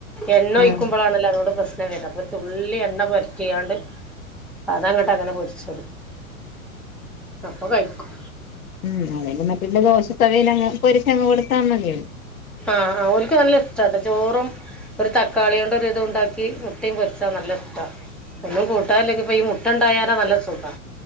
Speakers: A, in the centre; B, on the left.
A: എണ്ണ ഒഴിക്കുമ്പളാണല്ലോ
B: ആഹ്
A: അതോണ്ട് പ്രശ്നംവരാ പൊ തുള്ളി എണ്ണ പൊര്റ്റിയാണ്ട് അതങ്ങട്ട് അങ്ങനെ പൊരിച്ചെടുക്കും അപ്പൊ കയിക്കും
B: ഉം അതാ <unintelligible> മറ്റുള്ള ദോഷത്തവിയിലങ് പൊരിച്ചങ്ങ് കൊടുത്താമതി
A: ആഹ് ആഹ് ഓൽക്ക് നല്ലഷ് ഷ്റ്റാട്ട ചോറും ഒരു തക്കാളിയോണ്ട് ഒരു ഇതു ഇണ്ടാക്കി മുട്ടേം പൊരിച്ചാ നല്ല ഇഷ്ട്ടാ ഒന്നും കൂട്ടാ ഇല്ലെങ്കിപ്പൊ ഈ മുട്ടണ്ടായാലാ നല്ല സുഖാ